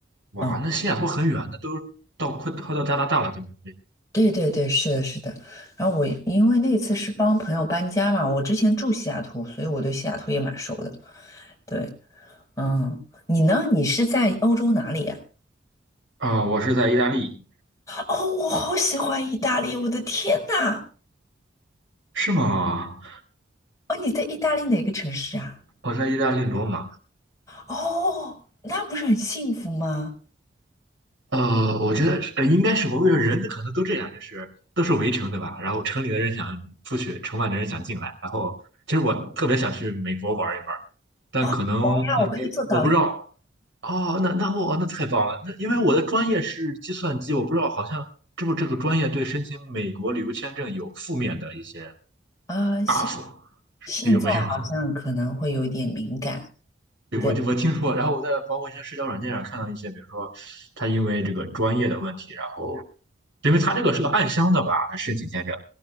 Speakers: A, on the right (about 80°); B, on the left (about 15°).
A: 哇，
B: 嗯，
A: 那西雅图很远，那都到快快到加拿大了，对吧？对
B: 对对对，是的，是的。然后我因为那次是帮朋友搬家嘛，我之前住西雅图，所以我对西雅图也蛮熟的。对，嗯，你呢？你是在欧洲哪里呀？
A: 啊、我是在意大利，
B: 哦，我好喜欢意大利，我的天呐！
A: 是吗？
B: 哦，你在意大利哪个城市啊？
A: 我在意大利罗马，
B: 哦，那不是很幸福吗？
A: 呃，我觉得呃应该是，我为觉人可能都这样，就是都是围城，对吧？然后城里的人想出去，城外的人想进来。然后其实我特别想去美国玩一玩，但可能嗯，
B: 哦，好呀，我可以做导游
A: 我不知道哦，那那我那太棒了，那因为我的专业是计算机，我不知道好像这不这个专业对申请美国旅游签证有负面的一些
B: 啊。现
A: buff，是有没有？
B: 现在好像可能会有一点敏感。
A: <laughs> 对，
B: 对，
A: 我就我听说，然后我在包括一些社交软件上看到一些，比如说他因为这个专业的问题，然后。因为他这个是个暗箱的吧，他申请签证